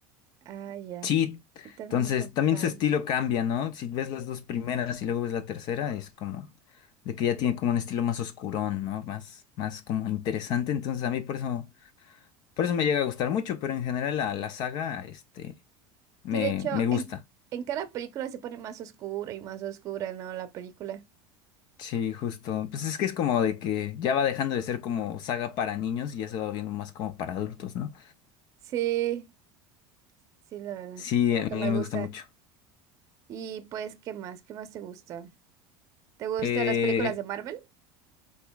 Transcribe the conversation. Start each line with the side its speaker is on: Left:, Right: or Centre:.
Right: Ah, ya.
Left: Sí,
Right: Sí, también
Left: entonces
Right: está
Left: también
Right: padre.
Left: su estilo cambia, ¿no? Si ves las dos primeras y luego ves la tercera, es como de que ya tiene como un estilo más oscurón, ¿no? Más, más como interesante. Entonces a mí por eso, por eso me llega a gustar mucho, pero en general la, la saga, este, me,
Right: Sí, de hecho,
Left: me gusta.
Right: en, en cada película se pone más oscura y más oscura, ¿no? La película.
Left: Sí, justo. Pues es que es como de que ya va dejando de ser como saga para niños y ya se va viendo más como para adultos, ¿no?
Right: Sí. Sí, la verdad.
Left: Sí,
Right: Es lo
Left: a
Right: que
Left: mí
Right: me gusta.
Left: me gusta mucho.
Right: Y pues, ¿qué más? ¿Qué más te gusta? ¿Te gustan
Left: Eh,
Right: las películas de Marvel?